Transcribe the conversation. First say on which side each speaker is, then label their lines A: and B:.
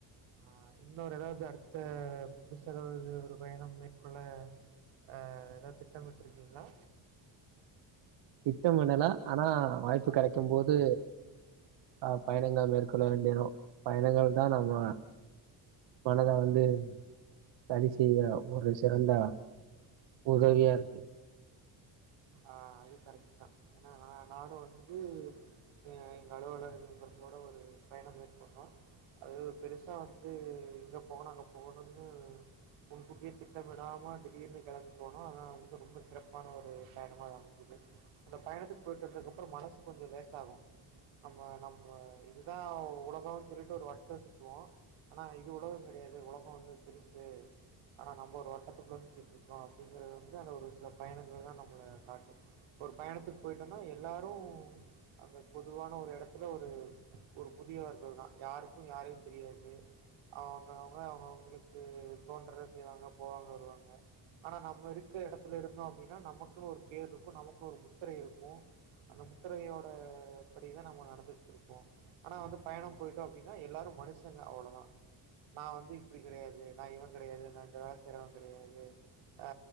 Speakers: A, on the right; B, on the right.
A: ஆ இன்னொரு ஏதாவது அடுத்த புதுசா ஏதாவது ஒரு பயணம் மேற்கொள்ள அ எதாது திட்டமிட்ருக்கீங்ளா
B: திட்டமிடல ஆனா வாய்ப்பு கெடைக்கும்போது ஆ பயணங்கள் மேற்கொள்ள வேண்டியதா பயணங்கள்தா நம்ம மனத வந்து வழி செய்ய ஒரு சிறந்த உதவியா இருக்கு
A: ஆ அது கரெக்ட்டுதா ஏன்னா நானு வந்து எ எங்க அலுவலக நண்பர்களோட ஒரு பயணம் மேற்கொண்டோ அது பெருசா வந்து இங்க போணோ அங்க போணும்னு முன்கூட்டியே திட்டமிடாம திடீர்னு கெளம்பி போனோ ஆனா வந்து ரொம்ப சிறப்பான ஒரு பயணமா அமைஞ்சது அந்த பயணத்துக்கு போய்ட்டு வந்ததுக்கு அப்ற மனசு கொஞ்ச லேசாகு ஆமா நம்ம இது தா உலகோ சொல்லிட்டு ஒரு வட்டோ சுத்துவோ ஆனா இது உலகோ கெடயாது உலஹோ வந்து பெருசு ஆனா நம்ப ஒரு வட்டத்துக்குள்ள சுத்திட்ருக்கோ அப்டிங்கறது வந்து அந்த ஒரு சில பயணங்கள் தா நம் மள காட்டு ஒரு பயணத்துக் போய்ட்டோனா எல்லாரு அந்த பொதுவான ஒரு எடத்துல ஒரு ம் ஒரு புதியவர்கள் தா யாருக்கு யாரையு தெரியாது அவுங்கவுங்க அவுங்கவுங்களுக்கு தோன்றத செய்வாங்க போவாங்க வருவாங்க ஆனா நம்ம இருக்கற எடத்துல இருந்தோ அப்டின்னா நமக் குனு ஒரு பேர்ருக்கு நமக்குனு ஒரு முத்திரை இருக்கு அந்த முத்திரையோட படி தா நம்ம நடந்துக்ட்ரு ப்போ ஆனா வந்து பயணோ போய்ட்டோ அப்டினா எல்லாரு மனுஷங்க அவ்ளோ தா நா வந்து இப்டி கெடயாது நா இவ கெடயாது நா இந்த வேல செய்றவங்கெடயாது அ